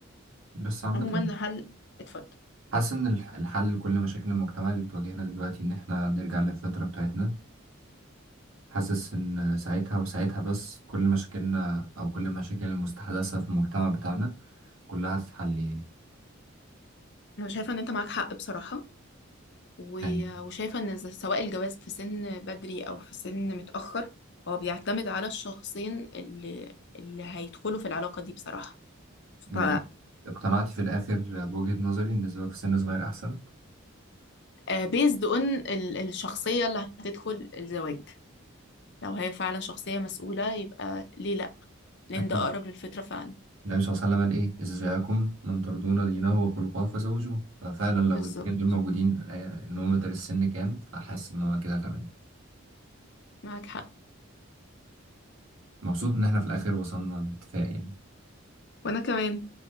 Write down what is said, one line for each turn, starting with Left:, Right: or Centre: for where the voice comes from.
Right: بس عامة
Left: عموما هل اتفضل
Right: حاسس إن الح- الحل لكل مشاكل المجتمع اللي بتواجهنا دلوقتي إن إحنا نرجع للفطرة بتاعتنا حاسس إن ساعتها وساعتها بس كل مشاكلنا أو كل المشاكل المستحدثة في المجتمع بتاعنا كلها هتتحل يعني
Left: أنا شايفة إن أنت معاك حق بصراحة و-
Right: يعني
Left: وشايفة إن ز- سواء الجواز في سن بدري أو في سن متأخر هو بيعتمد على الشخصين اللي اللي هيدخلوا في العلاقة دي بصراحة ف
Right: يعني اقتنعتي في الآخر بوجهة نظري إن الزواج في سن صغير أحسن
Left: بيزد اون الشخصية اللي هتدخل الزواج لو هي فعلا شخصية مسؤولة يبقى ليه لان
Right: أكيد
Left: ده اقرب للفطرة فعلا
Right: النبي صلى الله عليه وسلم قال إيه إذا جاءكم من ترضون دينه وخلقه فزوجوه ففعلا لو
Left: بالظبط
Right: الاتنين دول موجودين آه، النومتر السن كام فحاسس إن هو كده تمام
Left: معاك حق
Right: مبسوط إن إحنا في الآخر وصلنا لاتفاق يعني
Left: وانا كمان